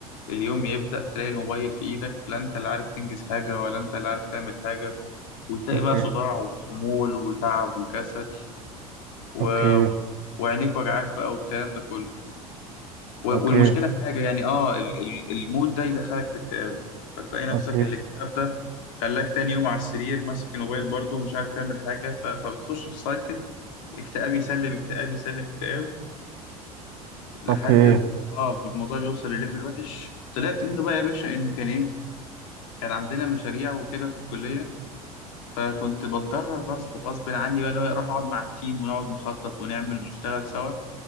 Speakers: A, on the left; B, on the right.
A: اليوم يبدأ تلاقي الموبايل في إيدك لا أنت اللي عارف تنجز حاجة ولا أنت اللي عارف تعمل حاجة وتلاقي
B: اوكي
A: بقى صداع وخمول وتعب وكسل و...
B: اوكي
A: وعينيك وجعاك بقى والكلام ده كله و... والمشكلة
B: اوكي
A: حاجة يعني آه ال... ال... المود ده يدخلك في اكتئاب فتلاقي نفسك
B: اوكي
A: الاكتئاب ده خلاك تاني يوم على السرير ماسك الموبايل برضه ومش عارف تعمل حاجة ف... فبتخش في سايكل اكتئاب يسلم اكتئاب يسلم اكتئاب لحد
B: اوكي
A: ما اه الموضوع بيوصل لليفل وحش طلعت منه بقى يا باشا ان كان ايه كان عندنا مشاريع وكده في الكلية فكنت بضطر غصب غصب عني بقى اللي هو اروح اقعد مع التيم ونقعد نخطط ونعمل ونشتغل سوا